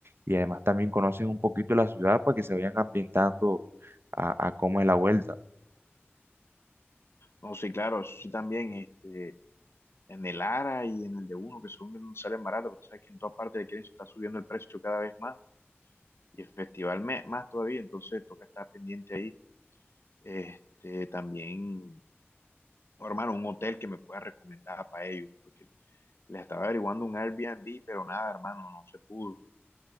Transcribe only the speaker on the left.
No, sí, claro, eso sí también, este, en el ARA y en el de uno, que son que no salen baratas, porque tú sabes que en todas partes le quieren estar subiendo el precio cada vez más y el festival me- más todavía, entonces toca estar pendiente ahí. Este, también, oh, hermano, un hotel que me pueda recomendar para ellos, porque les estaba averiguando un Airbnb, pero nada, hermano, no se pudo.